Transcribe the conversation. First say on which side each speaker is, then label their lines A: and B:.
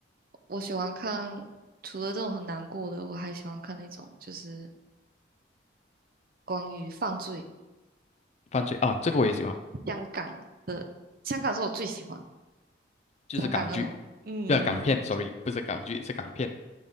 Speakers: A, on the right (about 50°); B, on the left (about 35°).
A: 我喜欢看，除了这种很难过的，我还喜欢看那种就是关于犯罪。
B: 犯罪啊，这个我也喜欢。
A: 香港香港是我最喜欢的
B: 就是港剧，
A: 香港那种，嗯，
B: 对啊，港片，sorry，不是港剧，是港片。